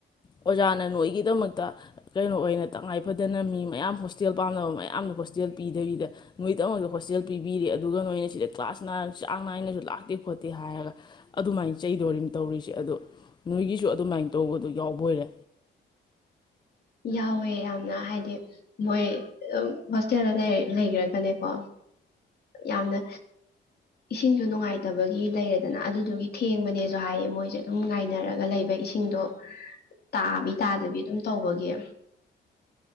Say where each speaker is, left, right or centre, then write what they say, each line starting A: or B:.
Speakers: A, on the left (about 20°); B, on the left (about 50°).
A: ꯑꯣꯖꯥꯅ ꯅꯣꯏꯒꯤꯗꯃꯛꯇ ꯀꯩꯅꯣ ꯑꯣꯏꯅ ꯇꯉꯥꯏꯐꯗꯅ ꯃꯤ ꯃꯌꯥꯝ ꯍꯣꯁꯇꯦꯜ ꯄꯥꯝꯅꯕ ꯃꯌꯥꯝꯗ ꯍꯣꯁꯇꯦꯜ ꯄꯤꯗꯕꯤꯗ ꯅꯣꯏꯗꯃꯛꯇ ꯍꯣꯁꯇꯦꯜ ꯄꯤꯕꯤꯔꯤ ꯑꯗꯨꯒ ꯅꯣꯏꯅ ꯁꯤꯗ ꯀ꯭ꯂꯥꯁ ꯅꯥꯏꯅ ꯆꯥꯡ ꯅꯥꯏꯅꯁꯨ ꯂꯥꯛꯇꯦ ꯈꯣꯠꯇꯦ ꯍꯥꯏꯔꯒ ꯑꯗꯨꯃꯥꯏꯅ ꯆꯩꯗꯣꯔꯤꯝ ꯇꯧꯔꯤꯁꯦ ꯑꯗꯣ ꯅꯣꯏꯒꯤꯁꯨ ꯑꯗꯨꯃꯥꯏꯅ ꯇꯧꯕꯗ ꯌꯥꯎꯕꯣꯏꯔꯦ
B: ꯌꯥꯎꯋꯦ ꯌꯥꯝꯅ ꯍꯥꯏꯗꯤ ꯃꯣꯏ ꯍꯣꯁꯇꯦꯜꯗ ꯂꯩꯈ꯭ꯔꯒꯅꯦꯀꯣ ꯌꯥꯝꯅ ꯏꯁꯤꯡꯁꯨ ꯅꯨꯡꯉꯥꯏꯇꯕꯒꯤ ꯂꯩꯔꯦꯗꯅ ꯑꯗꯨꯗꯨꯒꯤ ꯊꯦꯡꯕꯅꯦꯁꯨ ꯍꯥꯏꯌꯦ ꯃꯣꯏꯁꯦ ꯑꯗꯨꯝ ꯉꯥꯏꯅꯔꯒ ꯂꯩꯕ ꯏꯁꯤꯡꯗꯣ ꯇꯥꯕꯤ ꯇꯥꯗꯕꯤ ꯑꯗꯨꯝ ꯇꯧꯕꯒꯤ